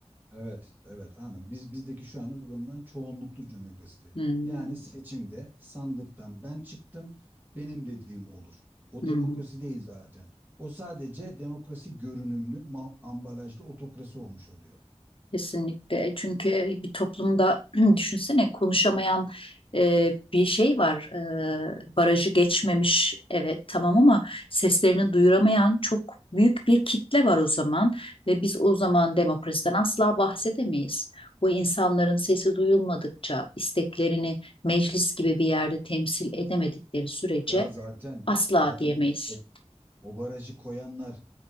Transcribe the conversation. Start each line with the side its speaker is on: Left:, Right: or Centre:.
Right: Evet, evet anladım. Biz bizdeki şu an uygulanan çoğunluklu demokrasi.
Left: Hmm.
Right: Yani seçimde sandıktan ben çıktım, benim dediğim olur. O
Left: Hı
Right: demokrasi
Left: hı.
Right: değil zaten. O sadece demokrasi görünümlü ma- ambalajlı otokrasi olmuş oluyor.
Left: Kesinlikle. E, Çünkü e, bir toplumda <clears throat> düşünsene konuşamayan e, bir şey var. E, barajı geçmemiş evet tamam ama seslerini duyuramayan çok büyük bir kitle var o zaman ve biz o zaman demokrasiden asla bahsedemeyiz. Bu insanların sesi duyulmadıkça isteklerini meclis gibi bir yerde temsil edemedikleri sürece
Right: Ya zaten
Left: asla
Right: zaten
Left: diyemeyiz.
Right: o, o, o barajı koyanlar